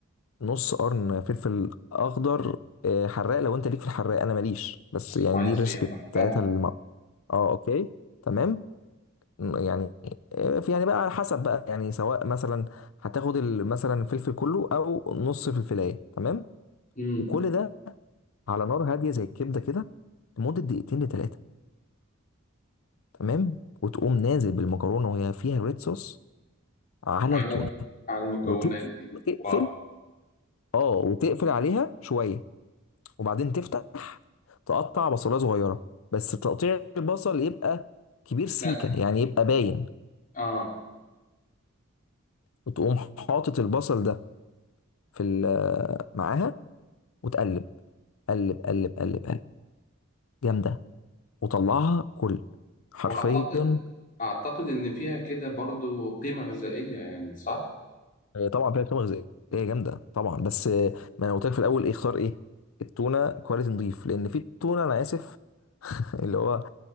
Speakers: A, on the left; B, on the left.
A: نص قرن فلفل أخضر آه حراق لو أنت ليك في الحراق أنا ماليش بس
B: سبايسي
A: يعني دي الريسبي
B: يا مرحبا
A: بتاعتها الم... أه أوكي تمام م- يعني آه، في- يعني بقى على حسب بقى يعني سواء مثلا هتاخد ال- مثلا الفلفل كله أو نص فلفلاية تمام
B: امم
A: وكل ده على نار هادية زي الكبدة كده لمدة دقيقتين لتلاتة تمام وتقوم نازل بالمكرونة وهي فيها ريد صوص على
B: على
A: التونة
B: على المكونات
A: وتقفل
B: دي واو
A: اه وتقفل عليها شويه وبعدين تفتح تقطع بصلايه صغيره بس تقطيع البصل يبقى كبير سيكه
B: لا
A: يعني يبقى باين
B: اه
A: وتقوم حاطط البصل ده في ال- آه، معاها وتقلب قلب قلب قلب قلب جامده وطلعها كل حرفيا
B: واعتقد اعتقد ان فيها كده برضو قيمة غذائية يعني صح
A: هي طبعا فيها قيمه غذائيه جامده طبعا بس آه، ما انا قلت لك في الاول ايه اختار ايه التونه كواليتي نضيف لان في تونه انا اسف <laughs> اللي هو